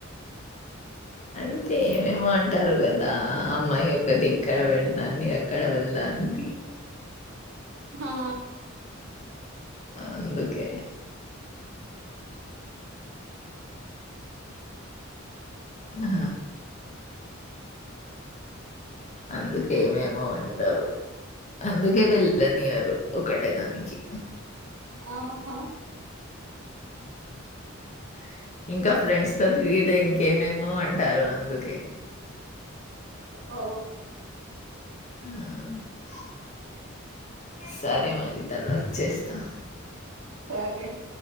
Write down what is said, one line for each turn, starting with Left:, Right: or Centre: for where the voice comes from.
Left: అంటే ఏమేమో అంటారు గదా అమ్మాయి ఒక్కతి ఇక్కడ వెళ్దాన్ది అక్కడ వెళ్దా ది
Right: హా
Left: అందుకే ఆ అందుకేమేమో అంటారు అందుకే వెళ్ళనియారు ఒకటే దానికి
Right: ఆహా
Left: <inaudible> ఇంకా ఫ్రెండ్స్ తో తిరిగితే ఇంకేమేమో అంటారు అందుకే
Right: ఓ
Left: ఆ <unintelligible> సరే మరి తర్వాత చేస్తా
Right: సరే